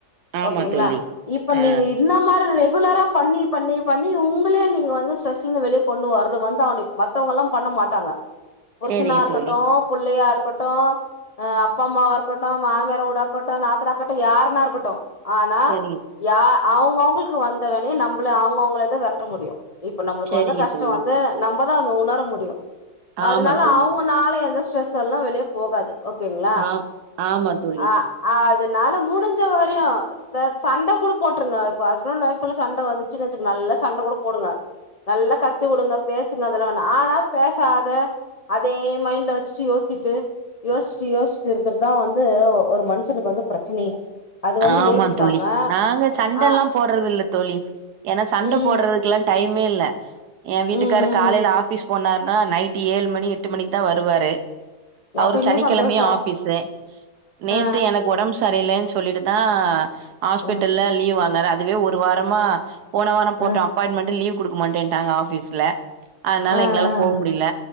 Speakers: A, on the right (about 80°); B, on the left (about 55°).
A: ஆமா
B: ஓகேங்ளா
A: தோழி.
B: இப்ப
A: ஆ
B: நீங்க இந்த மாரிலா ரெகுலராப் பண்ணி பண்ணி பண்ணி உங்களே நீங்க வந்து ஸ்ட்ரெஸ்லந்து வெளியே கொண்டு வர வந்தாகனு மத்தவங்களால்லா பண்ண மாட்டாங்க புருசனா
A: சரிங்க
B: இருக்கட்டு
A: தோழி.
B: புள்ளியா இருக்கட்டு அப்பா அம்மாவா இருக்கட்டு மாமியார் ஊடாக்கட் டும் நாத்னா இருக்கட்டு யாருன்னா இருக்கட்டு ஆனா
A: சரிங்க
B: யா அவங்கவுங்களுக்கு வந்த விணைய நம்பளே அவங்கவுங்களேதா வெர்ட்ட முடியு இப்ப நம்மளுக்கு
A: சரிங்க
B: வந்த கஷ்டம்
A: தோழி.
B: வந்து நம்பதா அத உணர முடியு அதனால
A: ஆமா தோழி.
B: அவங்க நால எந்த ஸ்ட்ரெஸ் எல்லா வெளியே போகாது ஓகேங்களா
A: ஆ ஆமா தோழி.
B: அ அதுனால முடிஞ்ச வரையு ச சண்டை கூட போட்ருங்க இப்ப ஹஸ்பண்ட் ஒய்ஃப்குள்ள சண்டை வந்து சின்ன சின் நல்ல சண்ட கூட போடுங்க நல்ல கத்து கொடுங்க பேசுங்க அதெலா ஒண்ணு நாலா பேசாத அதே மைண்ட்ல வச்சிட்டு யோசிட்டு யோச்சிட்டு யோச்சிட்டு இருக்கறதா வந்து ஒரு மனு மனுசருக்கு வந்து பிரச்சனையே அது வந்து
A: ஆமா
B: யோசிக்காம
A: தோழி நாங்க சண்டல்லா
B: ஆ
A: போடுறது இல்ல தோழி ஏன்னா சண்ட
B: ம்
A: போட்றதுக்குல டைமே இல்ல என் வீட்டுக்காரு
B: ம் ம்
A: காலையில ஆபீஸ் போனாருன்னா நைட் ட்டி ஏழு மணி எட்டு மணிக்கு தா வருவாரு அவரு
B: அப்ப இன்னு
A: சனிக்கிழமையு
B: சந்தோஷோ
A: ஆபிஸு நேத்து
B: ஆ
A: எனக்கு உடம்பு சரியில்லேன் ட்டு தா ஹாஸ்பிட்டல்ல
B: ஆ
A: லீவ் வாங்னாரு அதுவே ஒரு வாரமா போனவாரம் போட்டோ
B: ஆ
A: அப் அப்பாயின்மெண்ட்டு லீவ் குடுக்க மாட்டேன்ட்டாங்க ஆபீஸ்ல அதனால
B: ஆ
A: எங்கயால
B: ஆ
A: போ முடில